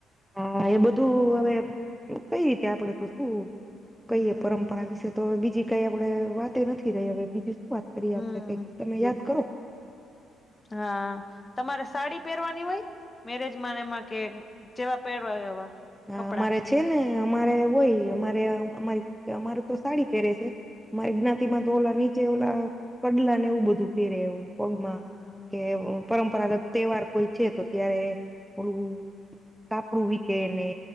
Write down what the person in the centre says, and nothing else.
હા એ બધું હવે કઈ રીતે આપડે તો શું
કઈએ પરંપરા વિશે તો બીજી કઈ આપણેે વાતે નથી રહી હવે બીજી શું વાત કરીએ
આપડે કઈક તમે યાદ કરો?
હ
અમારે છે ને અમારે હોય અમારે અમારી અમારે તો સાડી પહેરે છે. મા જ્ઞાતિમાં તો ઓલા નીચે ઓલા કડલા ને એવું બધું પેરે એવુ પગમાં
કેવું. પરંપરાગત તહેવાર કોઈ છે તો ત્યારે ઓલું કાપડું વીતે અને